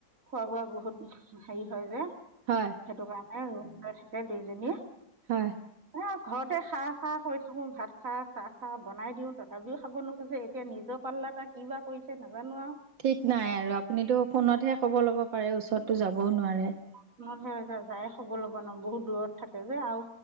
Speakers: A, on the right (about 45°); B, on the right (about 80°).
A: খোৱা বোৱা বহুত হেৰি হয় যে
B: হয়।
A: সেইটো কাৰণে ৰুম লৈ থাকে দুইজনীয়ে।
B: হয়।
A: এ ঘৰতে খা, খা কৰি থাকো ভাত খা, চাহ খা বনাই দিও তথাপিও খাব নো খোজে এতিয়া নিজৰ পাল্লাত তাই কি বা কৰিছে নাজানো আৰু।
B: ঠিক নাই আৰু আপুনিতো ফোনতহে খবৰ ল'ব পাৰে ওচৰতো যাবও নোৱাৰে।
A: ফোনত হে এতিয়া যায় খব লব নোৱাৰোঁ বহুত দূৰত থাকে যে আৰু